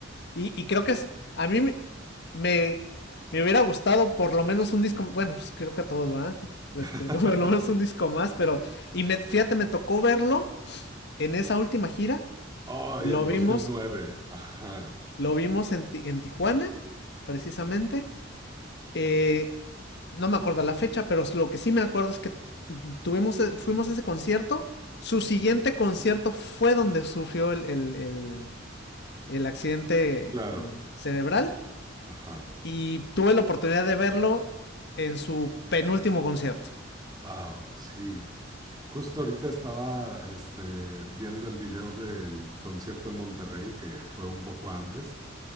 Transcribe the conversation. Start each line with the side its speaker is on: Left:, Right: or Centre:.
Left: y, y creo que es, a mí me, me, me, hubiera gustado por lo menos un disco, bueno, pues creo que a todos, ¿verdad? Este,
Right: <laughs>
Left: <laughs> por lo menos un disco más, pero, y me, fíjate, me tocó verlo en esa última gira
Right: Ay,
Left: Lo
Right: el
Left: vimos,
Right: dos mil nueve ajá,
Left: lo vimos en, Ti- en Tijuana, precisamente. Eh, no me acuerdo la fecha, pero lo que sí me acuerdo es que tuvimos, e, fuimos a ese concierto. Su siguiente concierto fue donde sufrió el, el- el- el accidente
Right: claro,
Left: eh, cerebral.
Right: ajá.
Left: Y tuve la oportunidad de verlo en su penúltimo concierto.
Right: Wow, sí. Justo ahorita estaba este, viendo el video del concierto en Monterrey, que fue un poco antes.